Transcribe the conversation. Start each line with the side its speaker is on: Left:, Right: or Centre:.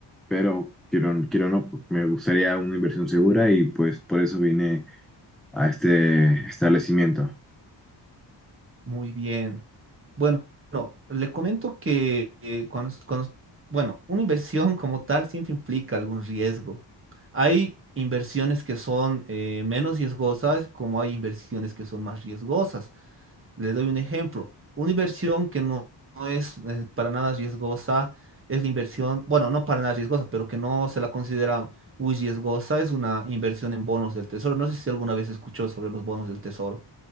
Centre: pero quiero, quiero no, me gustaría una inversión segura y pues por eso vine a este establecimiento.
Right: Muy bien. Bueno, le comento que eh, cuando, cuando- bueno, una inversión <laughs> como tal siempre implica algún riesgo. Hay inversiones que son eh, menos riesgosas, como hay inversiones que son más riesgosas. Le doy un ejemplo. Una inversión que no, no es eh, para nada riesgosa es la inversión, bueno, no para nada riesgosa, pero que no se la considera muy riesgosa, es una inversión en bonos del tesoro. No sé si alguna vez escuchó sobre los bonos del tesoro.